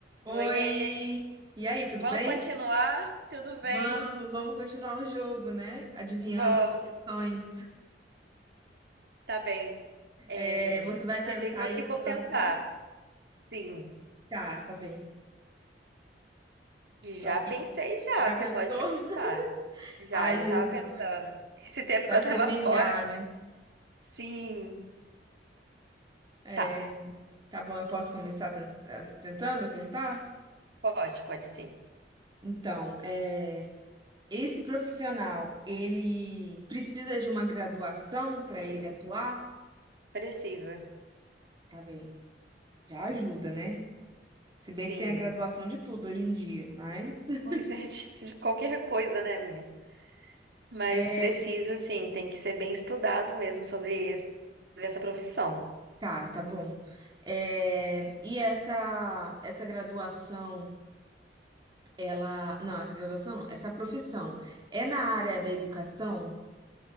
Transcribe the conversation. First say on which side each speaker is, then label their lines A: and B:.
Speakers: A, on the right; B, on the right.
A: Oi!
B: Oiê,
A: E aí, tudo
B: vamos
A: bem?
B: continuar? Tudo bem?
A: Vamos, vamos continuar o jogo, né? Adivinhando
B: Vamos,
A: as profissões.
B: sim, tá bem. É,
A: É, você vai pensar
B: dessa vez eu
A: aí
B: que
A: numa
B: vou
A: profissão?
B: pensar. Sim,
A: Tá, tá bem.
B: já
A: Tô aqui.
B: pensei já,
A: Já
B: você
A: pensou?
B: pode começar.
A: <laughs>
B: Já,
A: Ai,
B: já
A: Jesus.
B: tava pensando. <laughs> Esse tempo
A: Vai
B: que eu
A: se
B: tava
A: vingar,
B: fora.
A: né?
B: Sim,
A: É,
B: tá,
A: tá bom, eu posso começar ten- eh, tentando acertar?
B: pode, pode sim.
A: Então, é, esse profissional, ele precisa de uma graduação para ele atuar?
B: Precisa,
A: Tá bem. Já ajuda, né? Se
B: sim.
A: bem que tem a graduação de tudo hoje em dia, mas. <laughs>
B: Pois é, <laughs> de de qualquer coisa, né, minha? Mas
A: É.
B: precisa, sim, tem que ser bem estudado mesmo sobre esse- sobre essa profissão.
A: Tá, tá bom. É, e essa essa graduação, ela, não, essa graduação não, essa profissão é na área da educação,